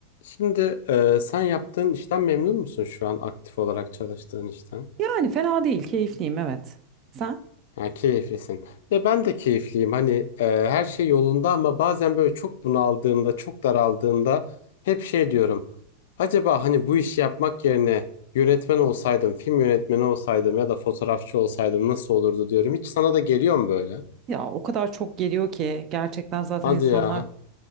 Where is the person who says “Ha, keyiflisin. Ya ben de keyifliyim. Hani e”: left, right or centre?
Left